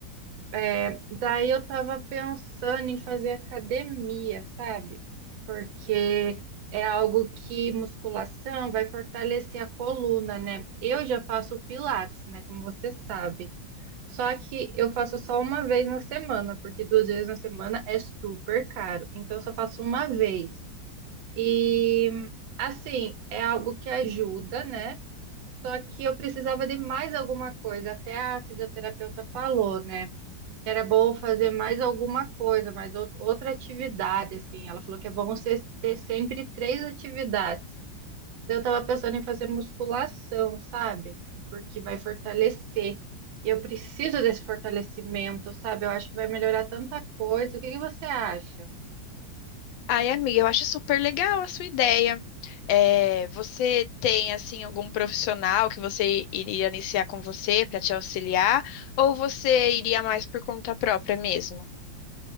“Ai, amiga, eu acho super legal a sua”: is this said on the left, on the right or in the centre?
Left